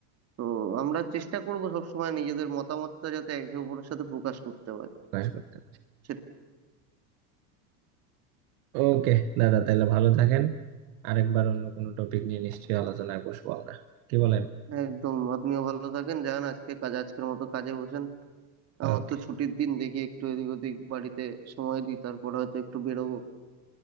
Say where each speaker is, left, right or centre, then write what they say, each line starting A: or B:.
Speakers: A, on the right; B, on the right.
A: তো আমরা চেষ্টা করব সবসময় নিজেদের মতামতটা যাতে একে অপরের সাথে প্রকাশ করতে পারি
B: প্রকাশ করতে
A: সে-
B: ওকে দাদা তাহলে ভালো থাকেন আরেকবার অন্য কোনো টপিক নিয়ে নিশ্চয়ই আলোচনায় বসবো আমরা কি বলেন
A: একদম আপনিও ভালো থাকেন যান আজকে কাজ আজকের মতো কাজে বসেন
B: ওকে
A: আমার তো ছুটির দিন দেখি একটু এদিক ওদিক বাড়িতে সময় দিই তারপর হয়তো একটু বেরোবো